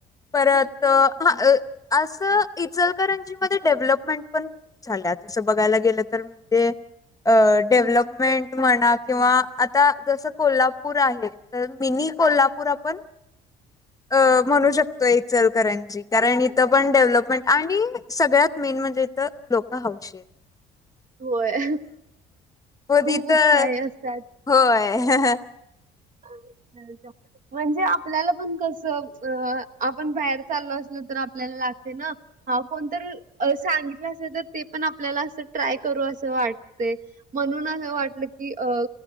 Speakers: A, on the left (about 20°); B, on the right (about 50°).
A: परत अह हम्म अह असं इचलकरंजी मध्ये डेव्हलपमेंट पण झाल्यात अह अस बघायला गेलं तर ते अह डेव्हलपमेंट
B: अच्छा
A: म्हणा किंवा आता जस कोल्हापूर आहे तर मिनी कोल्हापूर आपण अह म्हणू शकतो इचल करांची कारण इथं पण डेव्हलपमेंट आणि सगळ्यात मेन म्हणजे इथं लोकं हौशी आहेत.
B: होय
A: हो
B: खूप
A: इथं
B: उत्साही असतात.
A: होय.
B: <inaudible> म्हणजे आपल्याला पण कस अह आपण बाहेर चाललो असल तर आपल्याला लागते ना हाव कोणतरी अह सांगितलं असेल तर ते पण आपल्याला असं ट्राय करू अस वाटते म्हणून असं वाटलं की अह